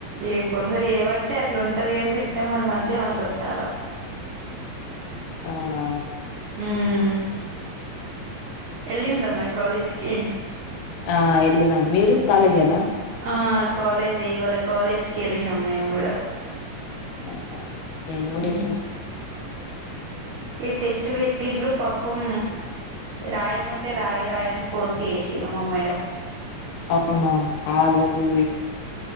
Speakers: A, on the right; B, on the left.
A: ఏ కొంద ేబట్టి అట్లా ఉంటది కాని లేకపోతే మాది మంచి హాస్టల్ చాలా
B: అవునా
A: ఉమ్మ్ వెళ్ళిందా మరి కాలేజీకి
B: ఆ ఎల్లిందండి మీరు కాలేజ్ ఏనా
A: ఆ కాలేజే ఇవాళ కాలేజ్ కి వెళ్లినం మేము కూడా
B: అవునా మేము కూడా
A: హ
B: వెళ్ళినాం
A: ఇ టెస్ట్ పెట్టిన్రు పాపం రాయం అంటే రాయి రాయ అని ఫర్స్ చేసిరు మా మేడం
B: అవునా ఆ మిస్కి